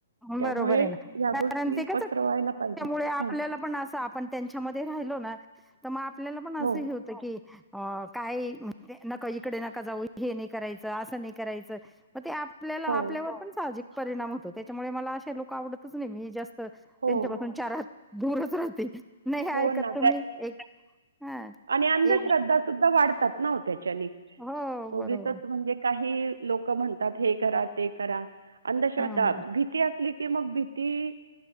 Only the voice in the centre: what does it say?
बरोबर आहे ना
कारण
ते कस
मूळे आपल्याला
पण अस आपण त्यांच्यामध्ये राहिलो ना तमा आपल्याला पण असं
हे होतं की अ काही म्हणजे नका इकडे नका जाऊ हे नाही करायचं असं नाही करायचं मग ते आप आपल्याला
आपल्यावर पण साहजिक परिणाम होतो त्या त्यामुळे मला असे लोक आवडतच नाही मी जास्त तर त्यांच्यापासून
चार हात दूरच राहते नाही ऐकत
तुम्ही
एक हा
एक
हो बरोबर
हम्म